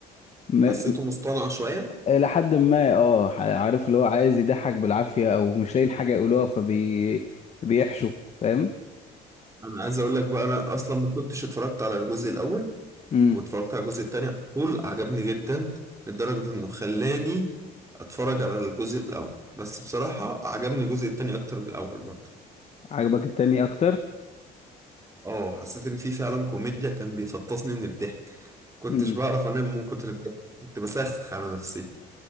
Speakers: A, on the left; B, on the right.
A: م...
B: حسيته مصطنع شوية
A: الى حد ما اه ح- عارف اللي هو عايز يضحك بالعافية او مش لاقيين حاجة يقولوها فبي بيحشوا فاهم
B: انا عايز اقول لك بقى انا اصلا ما كنتش اتفرجت على الجزء الاول
A: امم
B: واتفرجت على الجزء التاني على طول عجبني جدا لدرجة انه خلاني اتفرج على الجزء الاول بس بصراحة عجبني الجزء التاني اكتر من الاول برضه
A: عجبك التاني اكتر
B: اه حسيت ان في فعلا كوميديا كان بيفطسني من الضحك كنتش
A: امم
B: بعرف انام من كتر الضحك كنت بسخسخ على نفسي